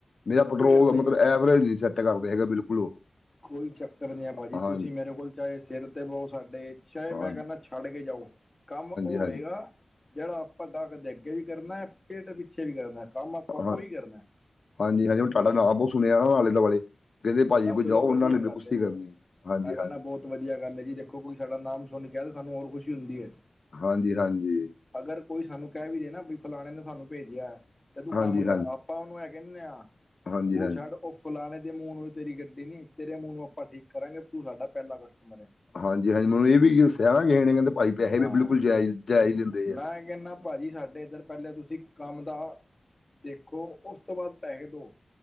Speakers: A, on the left; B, on the left.
A: ਨੀ ਜਾ ਪੈਟਰੋਲ
B: ਕੋਈ ਗੱਲ
A: ਦਾ
B: ਨਹੀਂ
A: ਮਤਲਬ ਐਵਰੇਜ ਨੀ ਸੈੱਟ ਕਰਦੇ ਹੈਗੇ ਬਿਲਕੁਲ ਉਹ।
B: ਕੋਈ ਚੱਕਰ ਨਹੀਂ ਹੈ ਭਾਜੀ
A: ਹਾਂ
B: ਤੁਸੀ
A: ਹਾਂਜੀ
B: ਮੇਰੇ ਕੋਲ ਚਾਹੇ ਸਿਰ ਤੇ ਬਹੋ ਸਾਡੇ ਚਾਹੇ
A: ਹਾਂਜੀ
B: ਮੈਂ ਕਹਿੰਦਾ ਛੱਡ ਕੇ ਜਾਓ, ਕੰਮ ਉਹ
A: ਹਾਂਜੀ
B: ਹੋਏਗਾ ਜਿਹੜਾ ਆਪਾ ਗਾਹਕ ਦੇ ਅੱਗੇ ਵੀ ਕਰਨਾ, ਪਿੱਠ ਪਿੱਛੇ ਵੀ ਕਰਨਾ ਕੰਮ ਆਪਾ
A: ਹਾਂ
B: ਉਹੀ ਕਰਨਾ।
A: ਹਾਂਜੀ <unintelligible> ਤੁਹਾਡਾ ਨਾਂ ਬਹੁਤ ਸੁਣਿਆ ਨਾ ਆਲੇ-ਦੁਆਲੇ ਕਹਿੰਦੇ ਭਾਜੀ
B: ਹਾਂ
A: ਕੋਲ
B: ਚਲੋ
A: ਜਾਓ ਉਹਨਾ
B: ਵਧੀਆ
A: ਨੇ ਬਿਲਕੁਲ
B: ਗੱਲ ਹੈ
A: ਸਹੀ ਕਰਨੀ, ਹਾਂਜੀ-ਹਾਂਜੀ।
B: ਮੈਂ ਕਹਿੰਦਾ ਬਹੁਤ ਵਧੀਆ ਗੱਲ ਹੈ ਜੀ ਦੇਖੋ ਕੋਈ ਸਾਡਾ ਨਾਮ ਸੁਣ ਕੇ ਆਏ ਸਾਨੂੰ ਹੋਰ ਖੁਸ਼ੀ ਹੁੰਦੀ ਹੈ।
A: ਹਾਂਜੀ-ਹਾਂਜੀ
B: ਅਗਰ ਕੋਈ ਸਾਨੂੰ ਕਹਿ ਵੀ ਦੇ ਨਾ ਬਈ ਫਲਾਣੇ ਨੇ ਸਾਨੂੰ ਭੇਜਿਆ ਤੇ ਤੂੰ
A: ਹਾਂਜੀ
B: ਕੰਮ ਕਰ ਆਪ ਆਪਾ ਉਹਨੂੰ ਇਹ ਕਹਿਨੇ ਆ
A: ਹਾਂਜੀ
B: ਤੂੰ
A: ਹਾਂਜੀ
B: ਛੱਡ ਉਹ ਫਲਾਣੇ ਦੇ ਮੂੰਹ ਨੂੰ ਤੇਰੀ ਗੱਡੀ ਨੀ ਤੇਰੇ ਮੂੰਹ ਨੂੰ ਆਪਾ ਠੀਕ ਕਰਾਂਗੇ ਤੂੰ ਸਾਡਾ ਪਹਿਲਾ ਕਸਟਮਰ ਏ।
A: ਹਾਂਜੀ-ਹਾਂਜੀ ਮੈਨੂੰ ਇਹ ਵੀ ਦੱਸਿਆ ਕਿਸਹੇ ਨੇ ਕਹਿੰਦੇ ਭਾਈ ਪੈਸੇ
B: ਹਾਂ
A: ਵੀ ਬਿਲਕੁਲ ਜਾਇ ਜਾਇਜ਼ ਲਿੰਦੇ
B: ਮੈਂ
A: ਜੇ।
B: ਕਹਿੰਦਾ ਭਾਜੀ ਸਾਡੇ ਇੱਧਰ ਪਹਿਲੇ ਤੁਸੀ ਕੰਮ ਦਾ ਦੇਖੋ ਉਸ ਤੋਂ ਬਾਅਦ ਪੈਹੇ ਦਿਓ।